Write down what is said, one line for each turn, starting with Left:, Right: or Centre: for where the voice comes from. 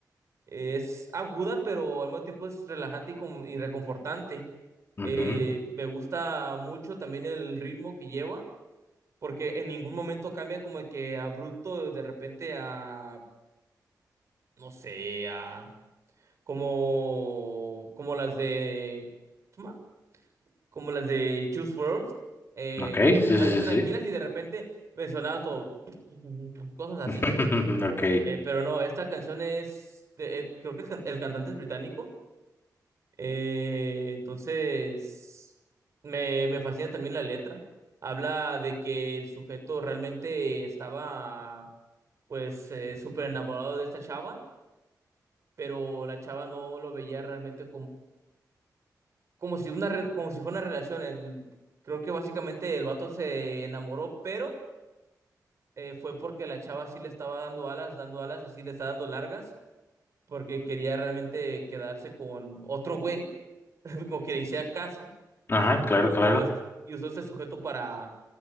Right: Es aguda, pero al mismo tiempo es relajante y, com- y reconfortante.
Left: Ujú.
Right: Eh, me gusta mucho también el ritmo que lleva, porque en ningún momento cambia como que abrupto de repente a, no sé, a como, como las de, ¿cómo? se llama? como las de Juice World eh,
Left: Ok.
Right: empezaban
Left: Sí, sí,
Right: a ser
Left: sí,
Right: tranquilas
Left: sí.
Right: y de repente me sonaba todo, cosas así.
Left: <laughs> Ok.
Right: Eh, pero no, esta canción es, de- eh, creo que el, can- el cantante es británico, eh, entonces me, me fascina también la letra. Habla de que el sujeto realmente estaba, pues, eh, súper enamorado de esta chava, pero la chava no lo veía realmente como si una re- como si fuera una relación. El, creo que básicamente el vato se enamoró, pero eh, fue porque la chava sí le estaba dando alas, dando alas, así le está dando largas, porque quería realmente quedarse con otro güey, <laughs> como que le hiciera caso,
Left: Ajá,
Right: y
Left: claro,
Right: usó,
Left: claro.
Right: es- y usó este sujeto para,